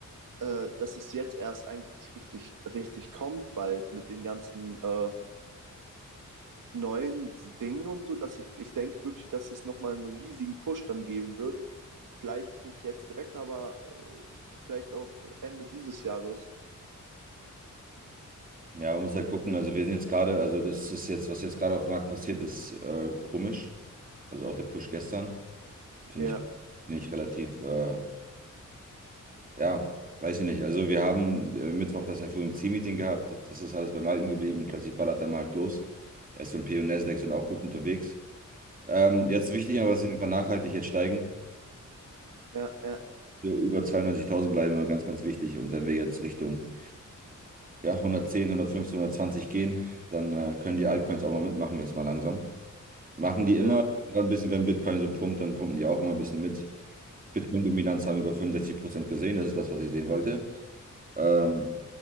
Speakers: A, on the right (about 85°); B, on the right (about 25°).
A: äh, dass es jetzt erst eigentlich richtig, richtig kommt, bald mit den ganzen äh, neuen Dingen und so, dass ich, ich denke wirklich, dass es nochmal einen riesigen Push dann geben wird. Vielleicht nicht jetzt direkt, aber äh, vielleicht auch Ende dieses Jahres.
B: Ja, man muss halt gucken. Also wir sind jetzt gerade, also das ist jetzt, was jetzt gerade auf dem Markt passiert, ist äh, komisch. Also auch der Push gestern. Finde
A: Ja,
B: ich, finde ich relativ, äh, ja, weiß ich nicht. Also wir haben äh, Mittwoch das FOMC-Meeting gehabt. Das ist alles beim Alten geblieben. Klassisch ballert der Markt los. S&P und P und Nasdaq sind auch gut unterwegs. Ähm, jetzt wichtig, aber dass sie einfach nachhaltig jetzt steigen.
A: ja, ja,
B: Wir über 92.000 bleiben immer ganz, ganz wichtig. Und wenn wir jetzt Richtung ja, hundertzehn 115, hundertzwanzig gehen, dann äh, können die Altcoins auch mal mitmachen, jetzt mal langsam. Machen die
A: ja,
B: immer ein bisschen, wenn Bitcoin so pumpt, dann pumpen die auch immer ein bisschen mit. Bitcoin-Dominanz haben wir bei 65% gesehen. Das ist das, was ich sehen wollte. Ähm,